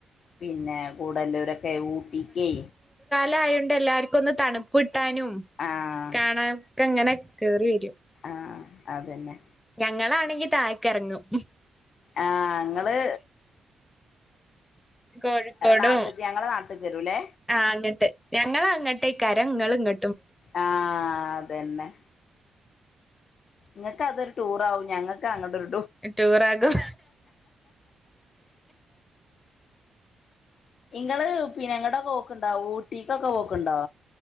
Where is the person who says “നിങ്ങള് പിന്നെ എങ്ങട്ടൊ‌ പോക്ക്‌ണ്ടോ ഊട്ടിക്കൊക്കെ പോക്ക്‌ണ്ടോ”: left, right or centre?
Left